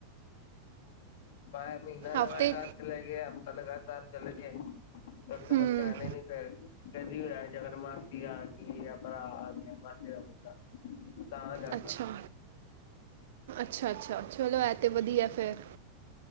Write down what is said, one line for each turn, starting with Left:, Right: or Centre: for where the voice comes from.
Left: ਭਾਇਆ ਮਹੀਨਾ ਲਗਾਤਾਰ
Right: ਹਫਤੇ
Left: ਚਲੇ ਗਏ ਹਫ਼ਤਾ ਲਗਾਤਾਰ ਚਲੇ ਗਏ ਪਰਸੋਂ
Right: ਹੂੰ
Left: ਬੱਚਿਆ ਆਣੇ ਨੀ ਫੇਰ ਕਦੀ ਹੋਇਆ ਜੇਗਰ ਮਾਸੀ ਆ ਗਈ ਭਰਾ ਆ ਗਿਆ। ਜਿਹੜਾ ਬੰਦਾ। ਤਾਂ ਜਾਂਦਾ।
Right: ਅੱਛਾ ਅੱਛਾ ਅੱਛਾ ਚਲੋ ਐ ਤੇ ਵਧੀਆ ਫੇਰ।